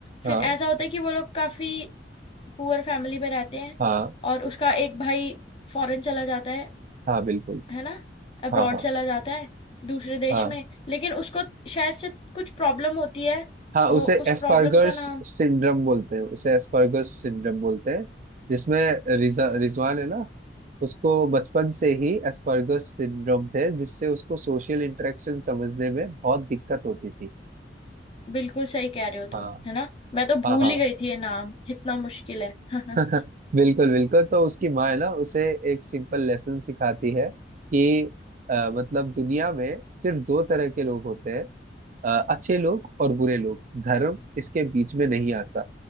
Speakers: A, on the right; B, on the left.
A: हाँ
B: फिर ऐसा होता है कि वो लोग काफी पुअर फैमिली में रहते हैं
A: हाँ
B: और उसका एक भाई फॉरेन चला जाता है
A: हाँ बिल्कुल
B: है ना अब्रॉड
A: हाँ हाँ
B: चला जाता है दूसरे देश
A: हाँ।
B: में लेकिन उसको शायद से कुछ प्रॉब्लम होती है
A: हाँ
B: ओ,
A: उसे
B: उस
A: एस्पर्गर्स
B: प्रॉब्लम का नाम
A: सिंड्रोम बोलते हैं उसे एस्पर्गर्स सिंड्रोम बोलते हैं जिसमें रिजा रिजवान है ना उसको बचपन से ही एस्पर्गस सिंड्रोम थे जिससे उसको सोशल इंटरेक्शन समझने में बहुत दिक्कत होती थी
B: बिल्कुल सही कह रहे हो तुम
A: हाँ
B: है ना मैं तो भूल
A: हाँ हाँ
B: ही गई थी ये नाम इतना मुश्किल है <laughs>
A: <laughs> बिल्कुल बिल्कुल तो उसकी माँ है ना उसे एक सिंपल लेसन सिखाती है कि अ, मतलब दुनिया में सिर्फ दो तरह के लोग होते हैं अ, अच्छे लोग और बुरे लोग धर्म इसके बीच में नहीं आता